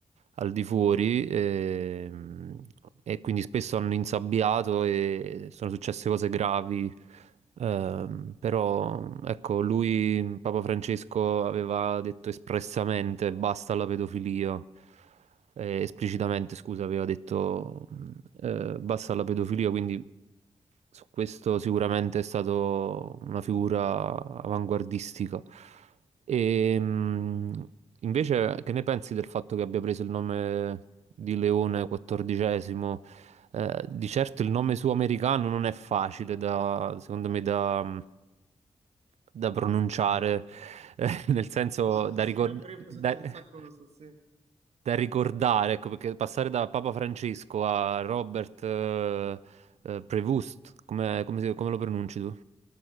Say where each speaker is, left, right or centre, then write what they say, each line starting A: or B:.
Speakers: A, on the right; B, on the right.
A: al di fuori ehm, e, quindi spesso hanno insabbiato e sono successe cose gravi Ehm, però ecco, lui, Papa Francesco, aveva detto espressamente basta alla pedofilia. Eh, esplicitamente, scusa, aveva detto mh, eh, basta alla pedofilia, quindi su questo sicuramente è stato una figura avanguardistica. E, mh, invece, che ne pensi del fatto che abbia preso il nome di Leone XIV? Eh, di certo il nome suo americano non è facile da, secondo me, da, da pronunciare, <laughs> eh, nel senso
B: Ah, tu
A: da
B: sì,
A: ricordare
B: no, pure io ho presentato la stessa cosa, sì.
A: da ricordare, ecco, perché passare da Papa Francesco a Robert eh, eh, Prevost, come, come si- come lo pronunci tu?